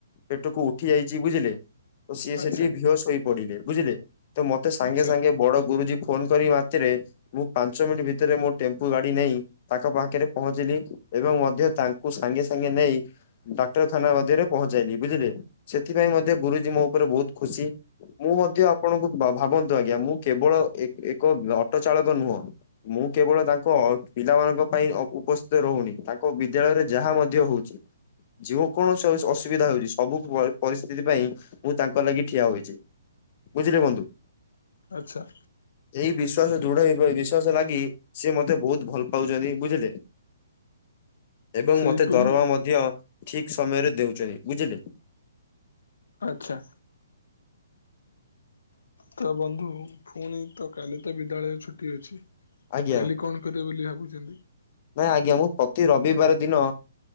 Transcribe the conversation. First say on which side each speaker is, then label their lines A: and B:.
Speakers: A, on the left; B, on the left.
A: ପେଟକୁ ଉଠି ଯାଇଛି ବୁଝିଲେ ତ ସିଏ
B: ଆଚ୍ଛା
A: ସେଠି ବିିହସଇ ପଡିଲେ ବୁଝିଲେ ତ ମତେ ସାଙ୍ଗେ
B: ଆଚ୍ଛା
A: ସାଙ୍ଗେ ବଡ ଗୁରୁଜୀ ଫୋନ କରି ମତିରେ ମୁଁ ପାଞ୍ଚ ମିନିଟ୍ ଭିତରେ ମୋ ଟେମ୍ପୁ ଗାଡି ନେଇ ତାଙ୍କ ପାଖରେ ପହଞ୍ଚିଲି ଏବଂ ମଧ୍ୟ ତାଙ୍କୁ ସାଙ୍ଗେ ସାଙ୍ଗେ ନେଇ ଡାକ୍ତରଖାନା ମଧ୍ୟରେ ପହଞ୍ଚେଇଲି ବୁଝିଲେ ସେଥିପାଇଁ ମଧ୍ୟ ଗୁରୁଜୀ ମୋ ଉପରେ ବହୁତ ଖୁସି ମୁଁ ମଧ୍ୟ ଆପଣଙ୍କୁ ଭାବନ୍ତୁ ଆଜ୍ଞା ମୁଁ କେବଳ ଏକ ଅଟୋ ଚାଳକ ନୁହଁ ମୁଁ କେବଳ ତାଙ୍କ ପିଲାମାନଙ୍କ ପାଇଁ ଉପସ୍ଥିତ ରହୁନି ତାଙ୍କ ବିଦ୍ୟାଳୟରେ ଯାହା ମଧ୍ୟ ହଉଛି ଯଉ କୌଣସି ଅସୁବିଧା ହଉଛି ସବୁ ପରିସ୍ଥିତି ପାଇଁ ମୁଁ ତାଙ୍କ ଲାଗି ଠିଆ ହୋଇଛି ବୁଝିଲେ ବନ୍ଧୁ।
B: ଆଚ୍ଛା।
A: ଏଇ ବିଶ୍ୱାସ ଦୃଢ ହେଇ ବିଶ୍ୱାସ ଲାଗି ସେି ମତେ ବହୁତ ଭଲ ପାଉଛନ୍ତି ବୁଝିଲେ ଏବଂ
B: ସେଇପରି
A: ମତେ ଦରମା ମଧ୍ୟ ଠିକ ସମୟରେ ଦେଉଛନ୍ତି ବୁଝିଲେ।
B: ଆଚ୍ଛା। ତ ବନ୍ଧୁ ପୁଣି ତ କାଲି ତ ବିଦ୍ୟାଳୟରେ ଛୁଟି ଅଛି
A: ଆଜ୍ଞା
B: କାଲି କଣ କେଦେ ବୋଲିଲି ଭାବୁଛନ୍ତିଛନ୍ତି।
A: ନାଇଁ ଆଜ୍ଞା ମୁଁ ପ୍ରତି ରବିବାର ଦିନ